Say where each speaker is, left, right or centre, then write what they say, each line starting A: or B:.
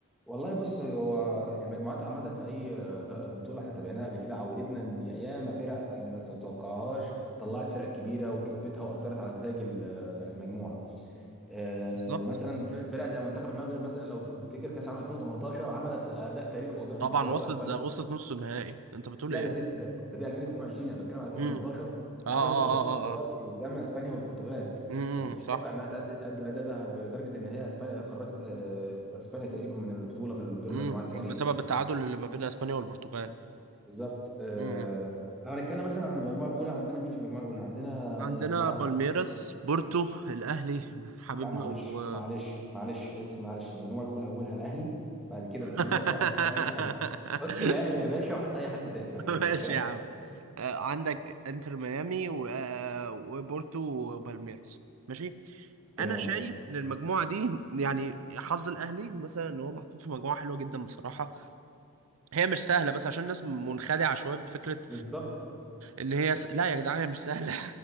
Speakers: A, in the centre; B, on the right.
A: والله بص هو المجموعات عامة في أي د- بطولة احنا تابعناها قبل كده عودتنا إن ياما فرق ما تتوقعهاش طلعت فرق كبيرة وكسبتها وأثرت على نتائج ال- المجموعة. آه،
B: بالظبط
A: مثلا ف- فرقة زي منتخب المغرب مثلا لو تفتكر كأس عام 2018 عملت أداء تاريخي قدام
B: طبعا
A: البرتغال
B: وصلت
A: وأسبانيا.
B: ده وصلت نص النهائي أنت بتقول
A: لا
B: إيه؟
A: ده دي ده, ده دي 2022 أنا بتكلم على 2018
B: امم آه
A: عملت
B: آه
A: أداء
B: آه
A: خرافي
B: آه آه
A: قدام أسبانيا والبرتغال.
B: امم
A: ما كنتش
B: صح
A: اتوقع انها تأدي تأدي الاداء ده لدرجه ان هي اسبانيا خرجت آه، اسبانيا تقريبا من البطوله في دور
B: امم
A: المجموعات تقريبا
B: بسبب التعادل اللي ما بين اسبانيا والبرتغال
A: بالظبط آه
B: امم
A: لو هنتكلم مثلا عن المجموعه الاولى عندنا مين في المجموعه الاولى عندنا
B: عندنا
A: آه طبعا
B: بالميراس بورتو الاهلي حبيبنا
A: لا معلش
B: و
A: معلش معلش اسم معلش المجموعه الاولى اولها الاهلي بعد كده
B: <laughs>
A: بالميراس بقى حطوا اي حد حط الاهلي يا باشا وحط اي حد تاني بعد كده
B: ماشي يا عم آه، عندك انتر ميامي و... آه، وبورتو وبالميراس ماشي
A: <laughs> تمام
B: انا شايف ان المجموعه دي يعني حظ الاهلي مثلا ان هو محطوط في مجموعه حلوه جدا بصراحه هي مش سهله بس عشان الناس منخدعه شويه بفكره
A: بالظبط
B: ان هي
A: س-
B: س... لا يا جدعان هي مش سهله